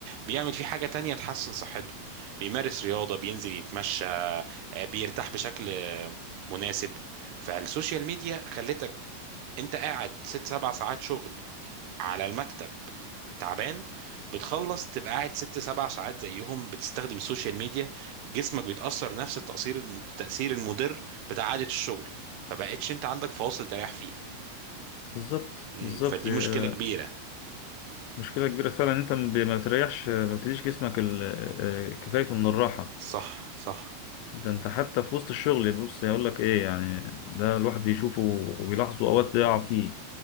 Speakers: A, on the right; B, on the left.
A: بيعمل فيه حاجة تانية تحسن صحته بيمارس رياضة بينزل يتمشى آه، بيرتاح بشكل آه، مناسب فالسوشيال ميديا خلتك انت قاعد ست سبع ساعات شغل على المكتب تعبان بتخلص تبقى قاعد ست سبع ساعات زيهم بتستخدم السوشيال ميديا جسمك بيتأثر نفس التأثير الم- التأثير المضر بتاع عادة الشغل فبقتش انت عندك فواصل تريح فيها
B: بالظبط
A: مم،
B: بالظبط
A: فدي
B: آه،
A: مشكلة كبيرة
B: مشكلة كبيرة فعلا إن انت ما ب- ما بتريحش ما بتديش جسمك ال- آه، كفايته من الراحة
A: صح صح
B: ده انت حتى في وسط الشغل بص يقول لك ايه يعني ده الواحد بيشوفه وبيلاحظه اوقات بيقع فيه